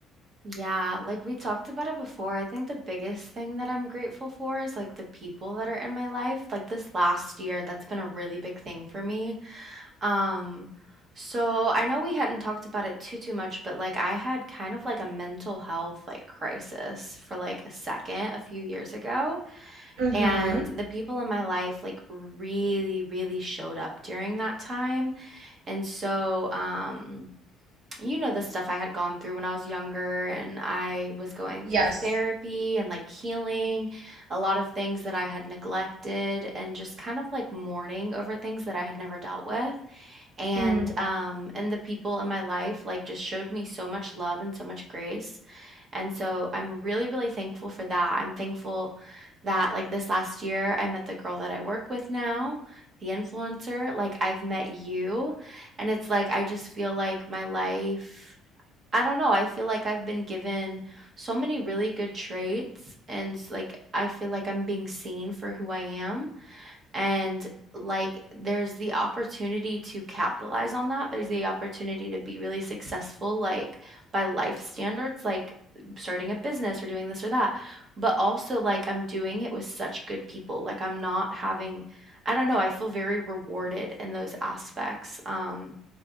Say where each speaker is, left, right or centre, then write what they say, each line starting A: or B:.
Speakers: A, on the right; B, on the right.
A: Yeah, like we talked about it before. I think the biggest thing that I'm grateful for is like the people that are in my life. Like this last year, that's been a really big thing for me. Um, so I know we hadn't talked about it too too much, but like I had kind of like a mental health like crisis for like a second a few years ago,
B: Mm-hmm.
A: and the people in my life like really really showed up during that time. And so, um, you know, the stuff I had gone through when I was younger, and I was going through
B: Yes.
A: therapy and like healing a lot of things that I had neglected, and just kind of like mourning over things that I had never dealt with. And
B: Mm.
A: um, and the people in my life like just showed me so much love and so much grace and so I'm really, really thankful for that. I'm thankful that, like, this last year, I met the girl that I work with now, the influencer. Like, I've met you. And it's like, I just feel like my life, I don't know, I feel like I've been given so many really good traits. And, like, I feel like I'm being seen for who I am. And like, there's the opportunity to capitalize on that. There's the opportunity to be really successful, like by life standards, like starting a business or doing this or that. But also, like, I'm doing it with such good people. Like, I'm not having, I don't know, I feel very rewarded in those aspects. Um,